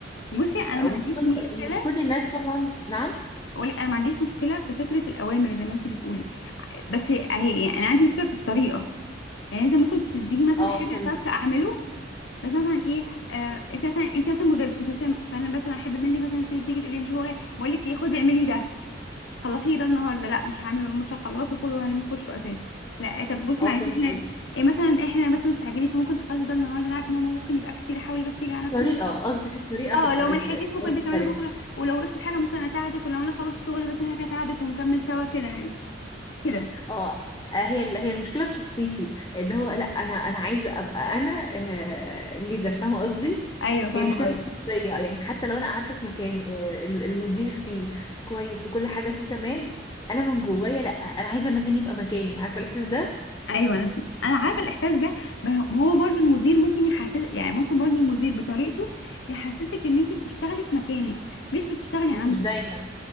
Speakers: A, on the left; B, on the left.
A: بصي انا
B: آه،
A: ما
B: ومش
A: عنديش
B: كل
A: مشكله
B: ومش كل الناس طبعا نعم
A: اقول لك انا ما عنديش مشكله في فكره الاوامر زي ما انت بتقولي بس هي هي- يعني انا عندي مشكله في الطريقه يعني انت ممكن تديني مثلا
B: اه
A: حاجه
B: فهمت
A: تاسك اعمله بس مثلا ايه آه انت مثلا انت مثلا مديرتي فأنت- فانا مثلا احب منك مثلا تيجي تيجي تقول لي مش هو بقول لك ايه خدي اعملي ده خلصيه ده النهارده لا مش هعمله مش هخلصه خده وهرميه في وشه اساسا لا آه، طب بصي
B: اه
A: معلش
B: فهمت
A: احنا
B: قصدك
A: إيه مثلا احنا بس مستعجلين فممكن تخلصي ده النهارده انا عارفه ان هو ممكن يبقى كتير حاولي بس تيجي على نفسك
B: الطريقة قصدك الطريقة
A: اه
B: تبقى
A: لو ما
B: آه، تبقى
A: لحقتيش ممكن
B: مختلفة
A: تكملي بكره ولو وقفتي في حاجه ممكن اساعدك ولو انا خلصت شغلي بس انا هساعدك ونكمل سوا كده يعني كده
B: اه آه، هي هي المشكله في شخصيتي اللي هو لا انا انا عايزه ابقى انا آه، الليدر فاهمه قصدي
A: ايوه فاهمه
B: هي مشكله
A: قصدك.
B: في الشخصيه يعني حتى لو انا قعدت في مكان آه، ال- المدير فيه كويس وكل حاجه فيه تمام انا من جوايا لا انا عايزه المكان يبقى مكاني عارفه الاحساس ده
A: ايوه انا انا عارفه الاحساس ده ما هو ما هو برضو المدير ممكن يحسس يعني ممكن برضو المدير بطريقته يحسسك ان انت بتشتغلي في مكانك مش بتشتغلي عنده
B: مش دايما